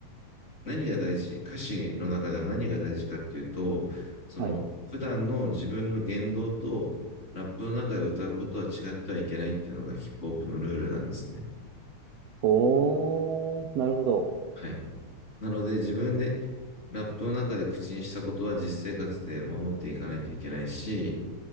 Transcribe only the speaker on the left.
何が大事、歌詞の中では何が大事かっていうと、その、
普段の自分の言動とラップの中で歌うことは違ってはいけないっていうのがヒップホップのルールなんですね。
はい。なので自分でラップの中で口にしたことは実生活で守っていかないといけないし、